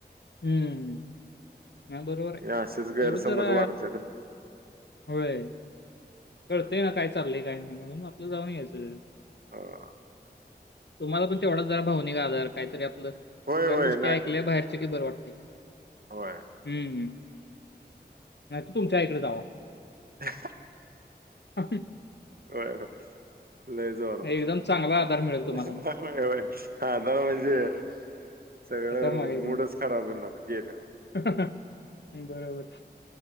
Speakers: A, on the left; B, on the right.
A: हम्म ह बरोबर आहे
B: हे असेच गैरसमज
A: तेवढं जरा
B: वाढतात रे.
A: होय कळतेय
B: हम्म.
A: ना काय चाललेय काय नाही म्हणून आपलं जाऊन यायचं
B: ह
A: तुम्हाला पण तेवढाच जरा भावनिका आधार काहीतरी आपलं
B: होय
A: च
B: होय
A: गोष्टी ऐकल्या बाहेरच की बरं वाटते
B: हो
A: हम्म नाही त तुमच्या आईकडे जावा
B: ह
A: ह <unintelligible>
B: हय हय लय जारात
A: एकदम चांगला आधार मिळेल
B: हा
A: तुम्हाला मग.
B: आता म्हणजे सगळं
A: खतरनाक एकदम.
B: मूडच सरा बणार ये दे
A: बरोबर